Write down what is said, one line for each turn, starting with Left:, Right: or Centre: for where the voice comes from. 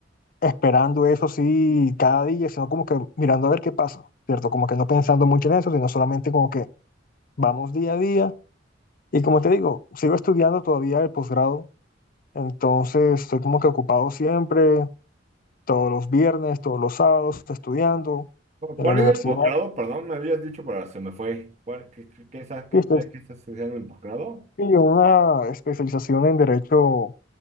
Left: esperando eso sí cada día, sino como que mirando a ver qué pasa, ¿cierto? Como que no pensando mucho en eso, sino solamente como que vamos día a día. Y como te digo, sigo estudiando todavía el posgrado Entonces estoy como que ocupado siempre, todos los viernes, todos los sábados, estudiando
Right: ¿Cu- ¿Cuál
Left: en la universidad.
Right: es el posgrado? Perdón, me habías dicho, pero se me fue. ¿Cuál- qué, qué, qué, estás- qué,
Left: Y
Right: estás-
Left: estoy
Right: qué estás haciendo en el posgrado?
Left: sí, en una especialización en derecho